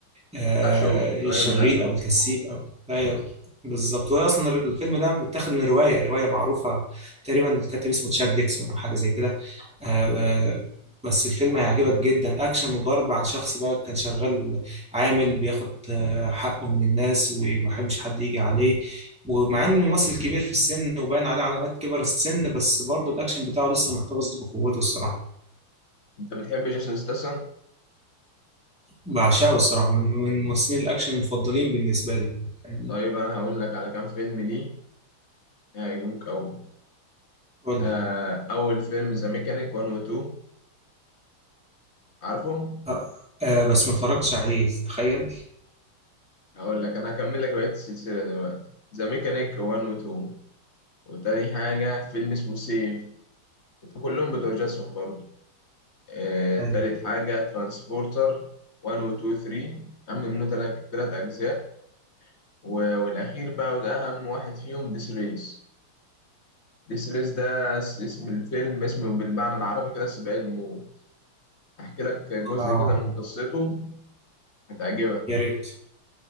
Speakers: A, in the centre; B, on the left (about 40°).
A: آه
B: بتاع شغل راجل
A: الشغيل
B: بتاع شغل
A: او الكسيب او ايوه بالظبط وهي اصلا الر- الفيلم ده متاخد من روايه روايه معروفه تقريبا الكاتب اسمه تشاك ديكسون او حاجه زي كده آه آه بس الفيلم هيعجبك جدا اكشن وضرب عن شخص بقى كان شغال عامل بياخد آه، حقه من الناس وما بيحبش حد يجي عليه ومع انه ممثل كبير في السن وباين عليه علامات كبر السن بس برضه الاكشن بتاعه لسه محتفظ بقوته الصراحه
B: انت بتحب جيسون ستاثام
A: بعشقه الصراحة من من ممثلين الأكشن المفضلين بالنسبة لي فاهمني
B: طيب انا هقول لك على كام فيلم ليه هيعجبوك قوي
A: قول
B: آه،
A: لي
B: أول فيلم ذا ميكانيك 1 و 2 عارفه؟
A: آه. آه بس ما اتفرجتش عليه تخيل
B: هقول لك أنا هكمل لك بقية السلسلة دلوقتي ذا ميكانيك 1 و 2 وتاني حاجة فيلم اسمه سيف كلهم بتوع جاسون برضه آه،
A: يعني
B: تالت حاجة ترانسبورتر 1 و 2 3 عم منه تلات تلات أجزاء و- والأخير بقى وده أهم واحد فيهم ديس ريس ديس ريس ده س- اسم الفيلم اسمه بالمعنى العربي كده سباق الموت أحكي لك جزء
A: آه
B: كده من قصته هتعجبك
A: يا ريت